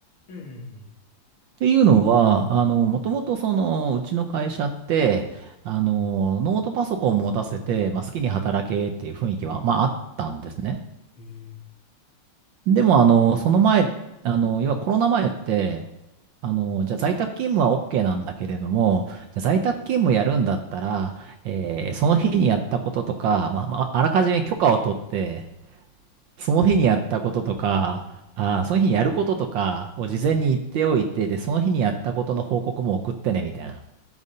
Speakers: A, on the left; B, on the right.
A: うん
B: ていうのは、あの、もともとその、うちの会社って、あの、ノートパソコンを持たせて、まあ、好きに働けっていう雰囲気は、まあ、あったんですね。
A: うんうん。ええ。
B: でも、あの、その前、あの、要はコロナ前って、あの、じゃあ在宅勤務は OK なんだけれども、じゃあ在宅勤務やるんだったら、えーその日にやったこととか、まあ、まあ、あらかじめ許可を取って、その日にやったこととか、あー、その日にやることとかを事前に言っておいて、
A: うん。
B: で、その日にやったことの報告も送ってね、みたいな。